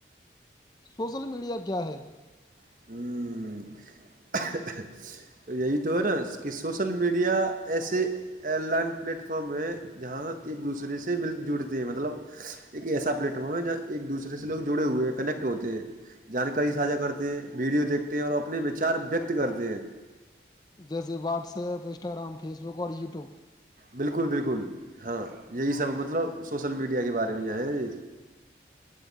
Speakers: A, on the left; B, on the right.
A: سوسل میڈیا کیا ہے
B: ہوں تو یہی تو ہے نا کہ سوشل میڈیا ایسے آن لائن پلیٹ فارم ہے جہاں ایک دوسرے سے مل جڑتے ہیں مطلب ایک ایسا پلیٹ فارم ہے جہاں ایک دوسرے سے لوگ جڑے ہوئے کنیکٹ ہوتے ہیں جانکاری ساجھا کرتے ہیں ویڈیو دیکھتے ہیں اور اپنے وچار ویکت کرتے ہیں
A: جیسے WhatsApp Instagram Facebook اور یوٹیوب
B: بالکل بالکل ہاں یہی سب مطلب سوشل میڈیا کے بارے میں یہاں ہے